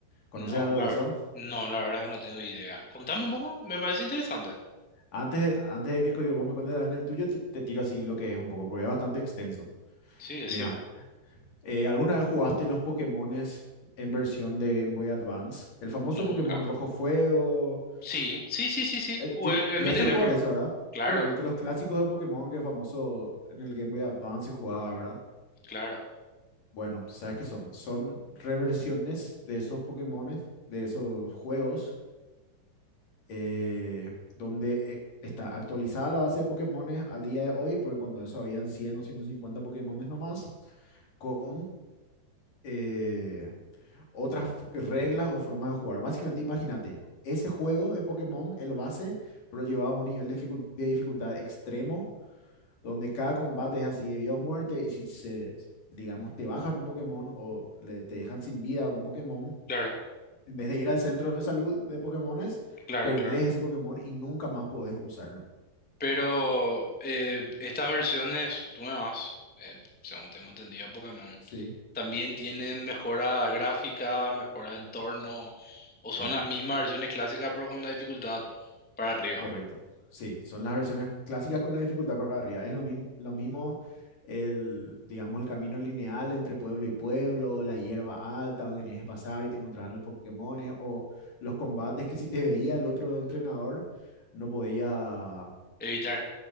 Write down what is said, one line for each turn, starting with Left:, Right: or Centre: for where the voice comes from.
Left: ¿Conoces
Centre: No,
Left: algo
Centre: la
Left: de
Centre: verdad,
Left: eso?
Centre: no, la verdad que no tengo idea. Contame un poco, me parece interesante.
Left: Antes, antes de que vos me cuentes también el tuyo, te, te tiro así lo que es un poco, porque es bastante extenso.
Centre: Sí, decime.
Left: Mira. Eh, ¿alguna vez jugaste los Pokémones en versión de Game Boy Advance? El famoso
Centre: Nunca.
Left: Pokémon Rojo Fuego.
Centre: Sí, sí, sí, sí, sí,
Left: Eh,
Centre: jugué
Left: lle- llegaste
Centre: en mi teléfono.
Left: a jugar eso, ¿verdad?
Centre: Claro,
Left: Correcto, los clásicos de Pokémon que famoso en el Game Boy Advance se jugaba, ¿verdad?
Centre: claro,
Left: Bueno, ¿sabes qué son? Son reversiones de esos Pokémones, de esos juegos, eh, donde eh, está actualizada la base de Pokémones al día de hoy, porque cuando eso habían 100, o 150 Pokémones nomás, con... eh, otras reglas o formas de jugar. Básicamente, imagínate, ese juego de Pokémon, el base, pero llevado a un nivel de, dificul- de dificultad extremo, donde cada combate es así de vida o muerte, y si se, digamos, te bajan un Pokémon o le- te dejan sin vida un Pokémon,
Centre: claro,
Left: en vez de ir al centro de salud de Pokémones,
Centre: claro,
Left: perdés
Centre: claro.
Left: ese Pokémon y nunca más podés usarlo.
Centre: Pero eh, estas versiones nuevas, eh, según tengo entendido, de Pokémon,
Left: Sí,
Centre: también tienen mejoras gráficas, mejoras de entorno, o son
Left: no.
Centre: las mismas versiones clásicas, pero con la dificultad para arriba.
Left: Correcto. Sí, son las versiones clásicas con la dificultad para arriba. Es lo mismo, lo mismo el, digamos, el camino lineal entre pueblo y pueblo, la hierba alta donde tenías que pasar y te encontrabas los Pokémones, o los combates que si te veía el otro entrenador, no podía,
Centre: Evitar.